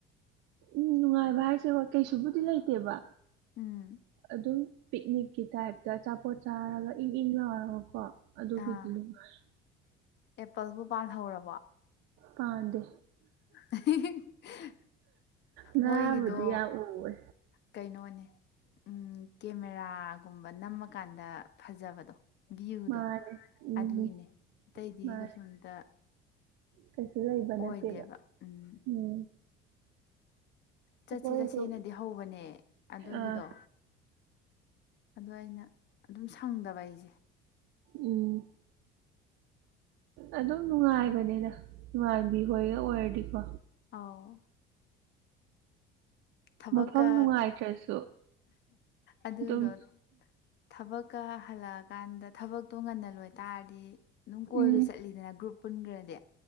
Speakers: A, on the right (about 70°); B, on the left (about 55°).
A: ꯎꯝ ꯅꯨꯡꯉꯥꯏꯕ ꯍꯥꯏꯁꯦ ꯍꯣꯏ ꯀꯩꯁꯨꯕꯨꯗꯤ ꯂꯩꯇꯦꯕ
B: ꯎꯝ
A: ꯑꯗꯨꯝ ꯄꯤꯛꯅꯤꯛꯀꯤ ꯇꯥꯏꯞꯇ ꯑꯆꯥꯄꯣꯠ ꯆꯥꯔꯒ ꯏꯪ ꯏꯪ ꯂꯥꯎꯔꯒꯀꯣ ꯑꯗꯨꯒꯤꯗꯤ
B: ꯑꯥ
A: ꯅꯨꯡꯉꯥꯏ
B: ꯑꯦꯄꯜꯕꯨ ꯄꯥꯜꯍꯧꯔꯕꯣ
A: ꯄꯥꯝꯗꯦ
B: <unintelligible>
A: ꯉꯥꯕꯨꯗꯤ
B: ꯃꯣꯏꯒꯤꯗꯣ
A: ꯌꯥꯝ ꯎꯋꯦ
B: ꯀꯩꯅꯣꯅꯦ ꯎꯝ ꯀꯦꯃꯦꯔꯥꯒꯨꯝꯕ ꯅꯝꯃꯀꯥꯟꯗ ꯐꯖꯕꯗꯣ ꯚꯤꯌꯨꯗꯣ
A: ꯃꯥꯅꯦ ꯎꯝ
B: ꯑꯗꯨꯒꯤꯅꯦ ꯑꯇꯩꯗꯤ
A: ꯃꯥꯅꯦ
B: ꯀꯩꯁꯨꯝꯇ
A: ꯀꯩꯁꯨ ꯂꯩꯕ
B: ꯑꯣꯏꯗꯦꯕ
A: ꯅꯠꯇꯦꯕ
B: ꯎꯝ
A: ꯑꯝ
B: ꯆꯠꯁꯤ
A: ꯑꯩꯈꯣꯏꯁꯨ
B: ꯆꯠꯁꯅꯗꯤ ꯍꯧꯕꯅꯦ ꯑꯗꯨꯒꯤꯗꯣ
A: ꯑꯥ
B: ꯑꯗꯣ ꯑꯩꯅ ꯑꯗꯨꯝ ꯁꯪꯗꯕ ꯑꯩꯁꯦ
A: ꯎꯝ ꯑꯗꯨꯝ ꯅꯨꯡꯉꯥꯏꯕꯅꯦꯗ ꯏꯃꯥꯟꯕꯤ ꯍꯣꯏꯒ ꯑꯣꯏꯔꯗꯤꯀꯣ
B: ꯑꯥꯎ ꯊꯕꯛꯀ
A: ꯃꯐꯝ ꯅꯨꯡꯉꯥꯏꯇ꯭ꯔꯁꯨ
B: ꯑꯗꯨꯗꯣ
A: ꯑꯗꯨꯝ
B: ꯊꯕꯛꯀ ꯍꯜꯂꯛꯑꯀꯥꯟꯗ ꯊꯕꯛꯇꯣ ꯉꯟꯅꯜ ꯂꯣꯏ ꯇꯔꯗꯤ ꯑꯗꯨꯝ ꯀꯣꯏꯕ
A: ꯎꯝ
B: ꯆꯠꯂꯤꯗꯅ ꯒ꯭ꯔꯨꯞ ꯄꯨꯟꯒꯔ ꯗꯤ